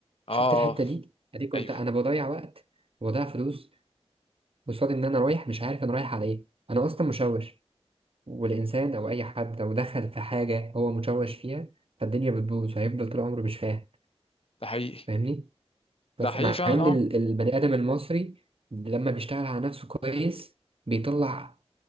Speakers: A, on the left; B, on the right.
A: اه
B: شفت الحتة
A: آه،
B: دي اديك قلت
A: ايوه
B: انا بضيع وقت وبضيع فلوس قصاد ان انا رايح مش عارف انا رايح على ايه انا اصلا مشوش والانسان او اي حد لو دخل في حاجة هو مشوش فيها فالدنيا بتبوظ وهيفضل طول عمره مش فاهم
A: ده حقيقي
B: فاهمني
A: ده
B: بس
A: حقيقي
B: مع
A: فعلا
B: ان
A: اه
B: ال- البني ادم المصري لما بيشتغل على نفسه كويس بيطلع